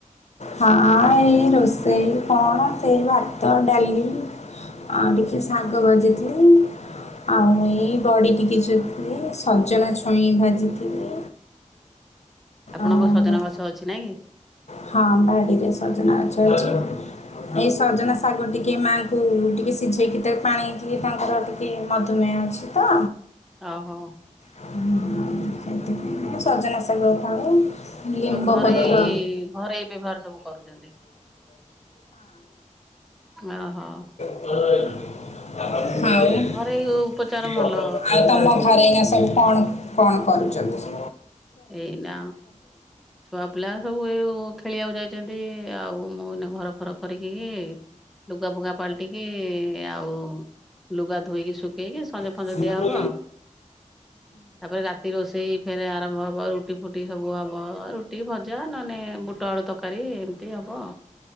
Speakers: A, on the left; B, in the centre.
A: ହଁ ଏଇ ରୋଷେଇ କଣ ସେଇ ଭାତ, ଡାଲି। ଆଉ ଟିକେ ଶାଗ ଭଜିଥିଲି ଆଉ ଏଇ ବଡ଼ି ଟିକେ ଚୁ ଏ ସଜନା ଛୁଇଁ ଭାଜିଥିଲି।
B: ଆପଣଙ୍କ
A: ଆଉ
B: ସଜନା ଗଛ ଅଛି ନାଆଁକି?
A: ହଁ ବାଡିରେ ସଜନା ଗଛ ଅଛି। ଏଇ ସଜନା ଶାଗ ଟିକେ ମାଆଙ୍କୁ ଟିକେ ସିଝେଇକି ତା ପାଣି ଟିକେ ତାଙ୍କର ଟିକେ ମଧୁମେୟ ଅଛି। ତ
B: ଅହୋ।
A: ହଁ ଆଉ ସେଇଥିପାଇଁ ଟିକେ ସଜନା ଶାଗ ଖାଉ। ଲିମ୍ବପତ୍ର
B: ସବୁ ଘରୋଇ
A: ହଁ।
B: ଘରୋଇ ବ୍ୟବହାର ସବୁ କରୁଛନ୍ତି ଅହ।
A: ଆଉ?
B: ଘରୋଇ ଉପଚାର ଭଲ
A: ତମ ଘରେ ଏଇନା ସବୁ କଣ କଣ କରୁଚନ୍ତି?
B: ଏଇନା ଛୁଆ ପିଲା ସବୁ ଏ ଓ ଖେଳିଆକୁ ଯାଇଚନ୍ତି ଆଉ ମୁଁ ଏଇନା ଘର ଫର କରିକି କି ଲୁଗା ଫୁଗା ପାଲଟିକି ଆଉ ଲୁଗା ଧୋଇକି ଶୁକେଇକି ସଞ୍ଜ
A: ଆଉ
B: ଫଞ୍ଜ ଦିଆହବ ତାପରେ ରାତି ରୋଷେଇ ଫେରେ ଆରମ୍ଭ ହବ ରୁ ରୁଟି ଫୁଟି ସବୁ ହବ ରୁଟି, ଭଜା ନହନେ ବୁଟ ଆଳୁ ତରକାରୀ ଏମତି ହବ।